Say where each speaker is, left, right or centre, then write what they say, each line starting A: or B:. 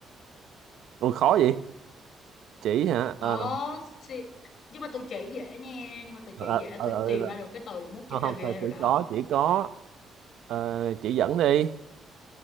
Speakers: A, on the right; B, on the left.
A: Ui khó vậy chỉ hả
B: Ồ,
A: Ờ,
B: xì- nhưng mà tôi chỉ dễ nha, nhưng mà tôi
A: ờ,
B: chỉ
A: ờ,
B: dễ tôi
A: ờ, ờ,
B: tìm
A: ờ.
B: ra được cái từ là mút chỉ
A: không
B: là
A: không
B: ghê
A: phải
B: rồi
A: chỉ
B: đó.
A: có chỉ có Ờ, chỉ dẫn đi